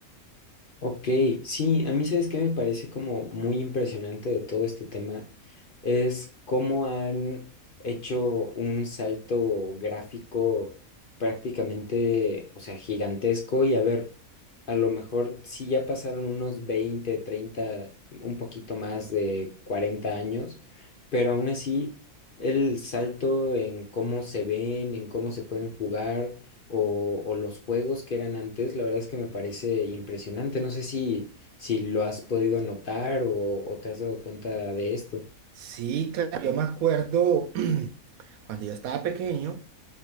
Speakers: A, on the left; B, on the right.
A: Ok, sí, a mí sabes qué me parece como muy impresionante de todo este tema es cómo han hecho un salto gráfico prácticamente, o sea, gigantesco y a ver, a lo mejor sí ya pasaron unos 20, 30, un poquito más de 40 años, pero aún así el salto en cómo se ven, en cómo se pueden jugar o, o los juegos que eran antes, la verdad es que me parece impresionante. No sé si, si lo has podido notar o, o te has dado cuenta de esto.
B: Sí, claro, yo me acuerdo <clears throat> cuando yo estaba pequeño.